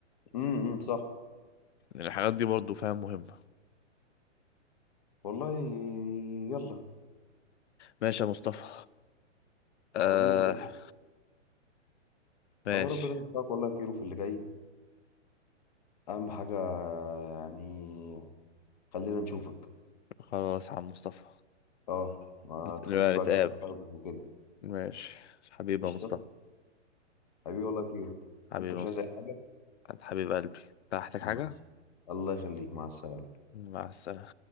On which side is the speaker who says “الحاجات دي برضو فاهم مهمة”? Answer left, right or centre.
Left